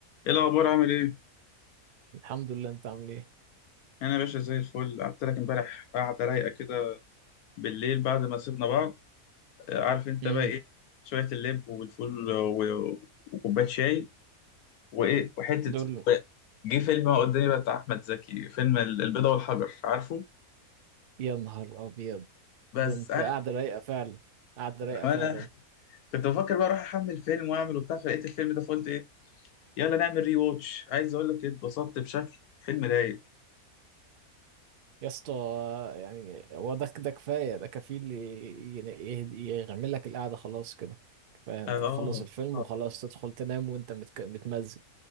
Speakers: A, on the left; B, on the right.
A: ايه الاخبار عامل ايه
B: الحمد لله انت عامل ايه
A: انا يا باشا زي الفل قعدت لك امبارح قعده رايقه كده بالليل بعد ما سيبنا بعض آه، عارف انت
B: امم
A: بقى ايه شويه اللب والفول و- وكوبايه شاي وايه وحته
B: دول
A: و- جه فيلم قدامي بقى بتاع احمد زكي فيلم ال- البيضه والحجر عارفه
B: يا نهار ابيض
A: بس
B: ده انت
A: انا
B: قاعده رايقه فعلا قاعده رايقه
A: انا
B: فعلا
A: كنت بفكر بقى اروح احمل فيلم واعمل وبتاع فلقيت الفيلم ده فقلت ايه يلا نعمل ري ووتش عايز اقول لك إيه، اتبسطت بشكل فيلم رايق
B: يا اسطى يعني هو ده ده كفايه ده كفيل ي- ي- يعمل لك القعده خلاص كده كفايه انت
A: اه
B: تخلص
A: اه
B: الفيلم
A: آه.
B: وخلاص تدخل تنام وانت متك... متمزج